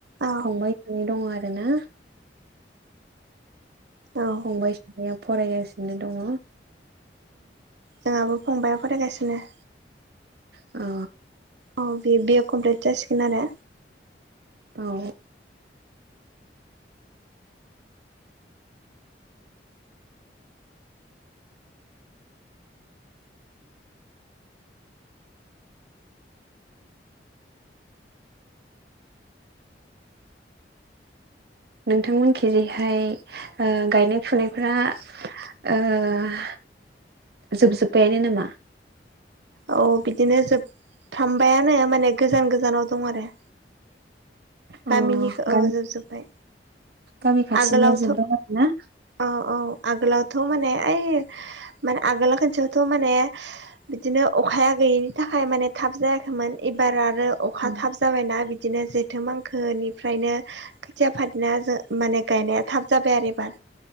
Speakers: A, on the right (about 85°); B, on the right (about 60°).
A: औ
B: फंबाय दङ आरोना
A: औ औ
B: फंबाय सानैया फरायगासिनो दङ
A: जोंहाबो फंबाया फरायगासिनो
B: अ
A: औ बि बि ए कमप्लिद जासिगोन आरोे
B: औ नोंथांमोनखैजैहाय गायनाय फुनायफ्रा ओ जोबजोबबायानो नामा
A: औ बिदिनो जोबफ्रामबायानो माने गोजान गोजानाव दं आरो
B: अ
A: गामिनिखो
B: गामि
A: औ जोबजोब्बाय
B: गामि खाथिनिया
A: आगोलावथ'
B: जोबबाय आरोना
A: औ औ आगोलावथ माने ओइ माने आगोल खोनसेयावथ माने बिदिनो अखाया गैयिनि थाखाय माने थाब जायाखैमोन एबार आरो अखा
B: अ
A: थाब जाबायना बिदि बिदिनो जेथो मांखोनिफ्रायनो खोथिया फादना ज माने गायनाया थाब जाबाय आरो एबार